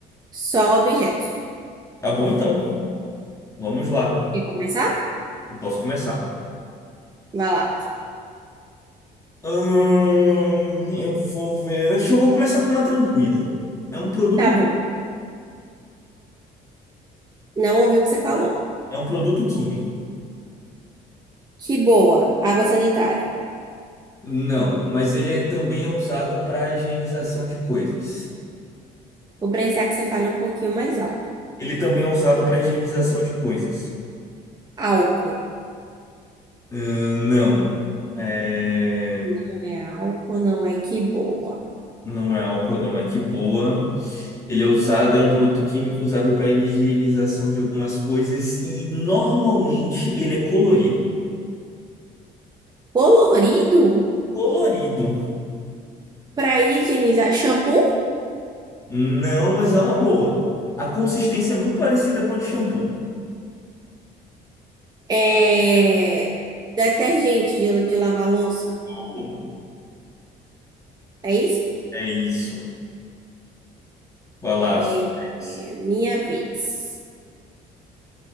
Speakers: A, on the right; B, on the left.
A: Só objetos.
B: Tá bom, então. Vamos lá.
A: Quer começar?
B: Eu posso começar.
A: Vai lá.
B: Hum, eu vou ver. Acho que eu vou começar com uma tranquila. É um produto
A: Tá bom. Não ouvi o que você falou.
B: É um produto químico.
A: Que boa. Água sanitária.
B: Não, mas ele é também é usado para higienização de coisas.
A: Vou precisar que você fale um pouquinho mais alto.
B: Ele também é usado para higienização de coisas.
A: Álcool.
B: Ahn, não, É,
A: Não é álcool, não é que boa.
B: não é álcool, não é que boa. Ele é usado, é um produto químico usado para higienização de algumas coisas e normalmente ele é colorido.
A: Colorido?
B: Colorido.
A: Pra higienizar. Shampoo?
B: Não, mas é uma boa. A consistência é muito parecida com a de shampoo.
A: É... Detergente de, de lavar louça?
B: Azul.
A: É isso?
B: É isso. Vai lá.
A: É,
B: sua vez.
A: é minha vez.